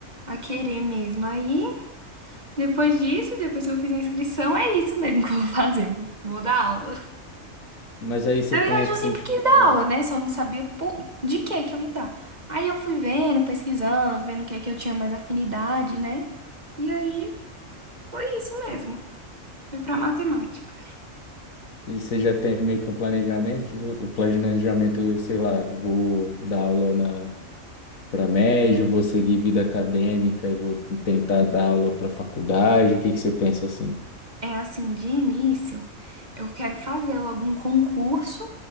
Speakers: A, on the right (about 35°); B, on the left (about 85°).
A: a querer mesmo. Aí, depois disso, depois que eu fiz a inscrição, é isso mesmo que eu vou fazer, vou, vou dar aula.
B: mas aí você
A: Na
B: tem
A: verdade,
B: assim,
A: eu sempre
B: tipo,
A: quis dar aula, né, só não sabia po- de que que eu ia dar. Aí eu fui vendo, pesquisando, vendo o que é que eu tinha mais afinidade, né, e aí foi isso mesmo, foi pra matemática.
B: e você já tem meio que um planejamento, o planejamento, eu sei lá, vou dar aula na para médio, vou seguir vida acadêmica e vou tentar dar aula para faculdade, o que que você pensa assim?
A: É assim, de início, eu quero fazer logo um concurso